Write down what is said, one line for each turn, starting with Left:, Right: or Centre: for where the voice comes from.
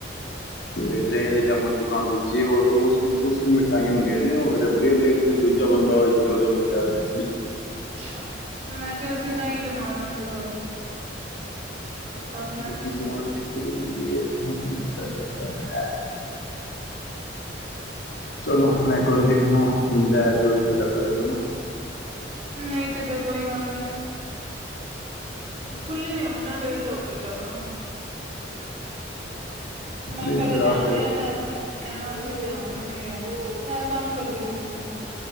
Left: ਅ ਦਹੀਂ ਦੇ ਜਾਮਣ ਨੂੰ ਦੁਕਾਨ ਦੂਜੀ ਔਰ ਉਸ ਦੂਸਰੇ ਮ। ਮਠਾਈਆਂ ਹੁੰਦੀਆਂ ਨੇ, ਉਹ ਰਬੜੀਆਂ ਲ ਤੇ ਦੂਜਾ ਬੰਦਾ ਜਿੰਹਦੇ ਵੱਲੋਂ ਮਿਲਦਾ ਰਗ।
Right: ਅੱਛਾ, ਮੈਂ ਕਿਹਾ ਅਸੀ ਦਹੀ ਜਮਾ ਲੈਂਦੇ ਕੱਲ। ਖੱਟਾ ਪਿਆ
Left: ਦਹੀ
Right: ਨੀ ਸੀ
Left: ਜਮਾਨੇ।
Right: ਕੁਝ
Left: ਦੇ ਲ ਤੁਹਾਨੂੰ ਚਾਹੀਦਾ ਹੈ। ਚਲੋ, ਮੈਂ ਇੱਕ ਵਾਰ ਦੇਖਣਾ, ਮਿਲਦਾ ਤੇ ਉਹੀ ਪਤਾ ਕਰ ਲੈਦਾ।
Right: ਨਹੀਂ ਤੇ ਫੇਰ ਕੋਈ ਗੱਲ ਨਹੀਂ। ਖੁੱਲੀ ਨੀ ਹੋਣੀ ਨਾ, ਲੇਟ ਹੋ ਗਏ ਜਿਆਦਾ। ਮੈਨੂੰ
Left: ਨਹੀਂ
Right: ਪਹਿਲੇ
Left: ਫਿਲਹਾਲ
Right: ਧਿਆਨ
Left: ਤੇ
Right: ਨੀ ਰਿਹਾ, ਮੈਂ। ਕਹਿਣਾ ਸੀ ਧਿਆਨ ਹੀ ਨੀ ਰਿਹਾ, ਇਹ ਤੰਗ ਕਰਦੀ ਪਈ ਸੀ ਨਾ।